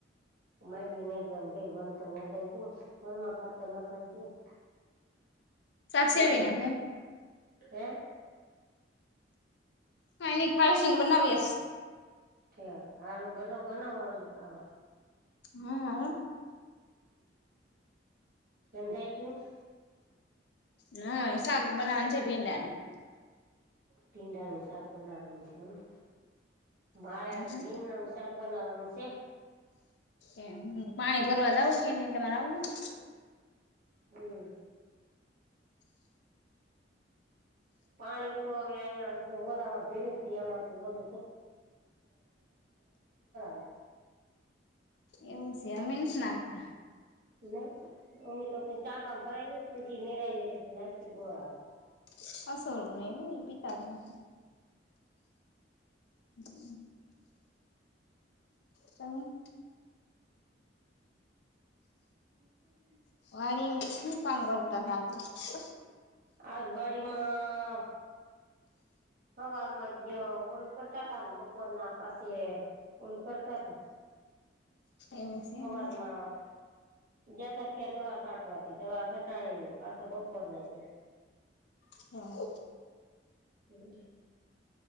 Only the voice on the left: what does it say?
શાક શેરવી
નાખું એમ.
કાંઈ નઈ ખારી સિંગ બનાવીએસ.
હમ્મ આવો.
ના શાક બનાવવાનું છે ભીંડાનું
હમ
એ પાણી ભરવા જવું કે નહી તમારે આવું હ?
એવું છે અમે નથી નાખતા.
<unintelligible> <unintelligible> તમે
<unintelligible>
એવું છે
એમને
<unintelligible>